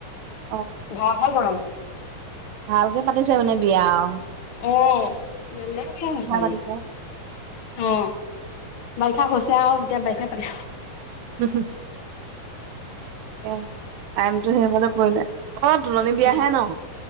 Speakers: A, on the right (about 80°); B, on the left (about 65°).
A: অ।
B: ধাৰা খাৰ গৰম
A: ভালকে পাতিছে মানে বিয়া আৱ
B: অ বেলেগ বিয়া সেইখন
A: পাতিছে।
B: অ বাৰিষা হৈছে আৱ এতিয়া বাৰিষা পা
A: হুম হুম এ টাইমটো সেইমতে পৰিলে অ তুলনি
B: উম
A: বিয়াহে ন